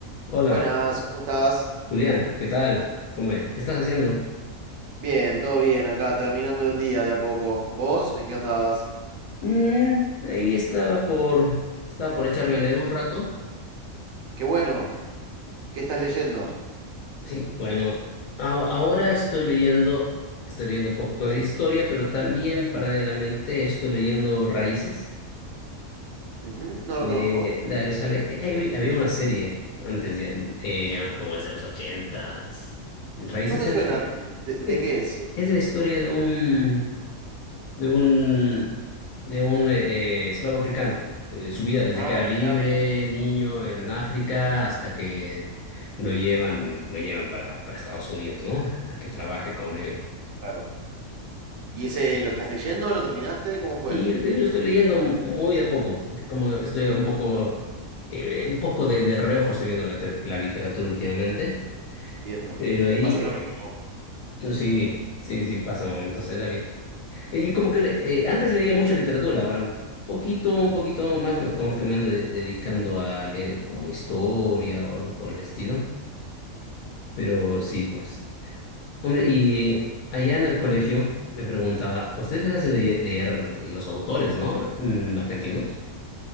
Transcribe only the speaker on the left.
Hola,
Julián, ¿qué tal? ¿Cómo es? ¿Qué estás haciendo?
Mm, ahí estaba por, estaba por echarme a leer un rato.
Sí, bueno, aho- ahora estoy leyendo, estoy leyendo un poco de historia, pero también paralelamente estoy leyendo Raíces
de,
de Alex Haley. Eh, ahí había había una serie antes de, eh, como es de los ochentas. Raíces
es,
eh,
es la historia de un de un, de un eh, eh, esclavo africano. eh, su vida desde
que era libre,
niño en África, hasta que lo llevan, lo llevan para, para Estados Unidos, ¿no? A que trabaje con él.
Y, y lo estoy leyendo muy de a poco, porque como estoy un poco, eh, un poco de, de reojo estoy viendo la, ter- la literatura últimamente,
pero
ahí
sí, sí, sí pasa momentos en la vida. Eh, Yo como que le- eh, antes leía mucha literatura, ahora un poquito, un poquito más me- como que me ando de- dedicando a leer como historia o algo por el estilo. Pero sí, pues. Hombre, y allá en el colegio me preguntaba, ¿a ustedes les hacen le- leer, los autores, ¿no? Mm, argentinos.